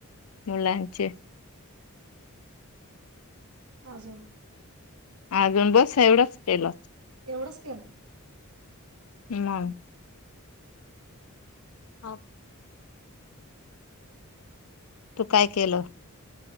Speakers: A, on the left; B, on the right.
A: मुलांचे
B: अजून
A: ख बस एवढंच केल
B: एवढंच के ना
A: नाही ह तू काय केलं